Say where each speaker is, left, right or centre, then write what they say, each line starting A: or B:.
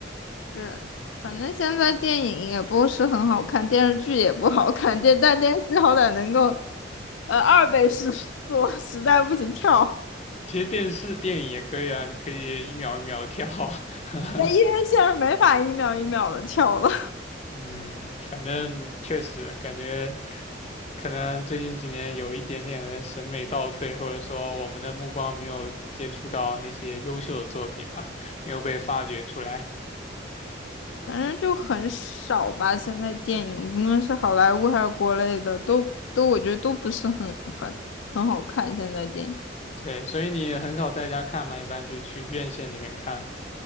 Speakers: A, on the left; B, on the left.
A: 是，反正现在电影也不是很好看，电视剧也不好看，电但电视剧好歹能够，呃，二倍速 <laughs> 速，实在不行跳，
B: 其实电视电影也可以啊，你可以一秒一秒跳。<laughs>
A: 那一人线上没法一秒一秒的跳了。
B: 嗯，反正确实感觉可能最近几年有一点点的审美倒退，或者说我们的目光没有接触到那些优秀的作品吧，没有被发掘出来。
A: 反正就很少吧。现在电影无论是好莱坞还是国内的，都都我觉得都不是很很很好看。现在电影，
B: 对，所以你也很少在家看嘛，一般就去院线里面看。